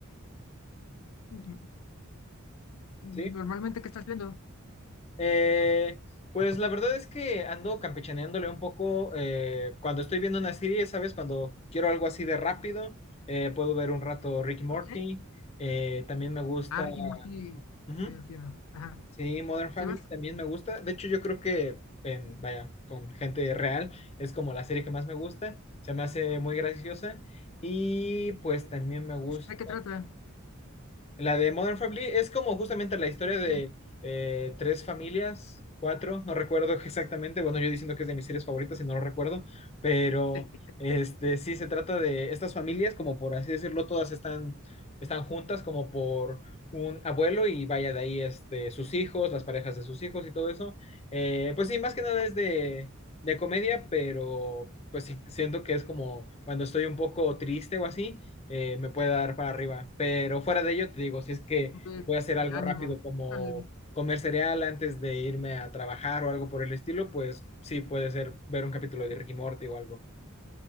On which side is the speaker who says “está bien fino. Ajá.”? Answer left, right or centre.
Left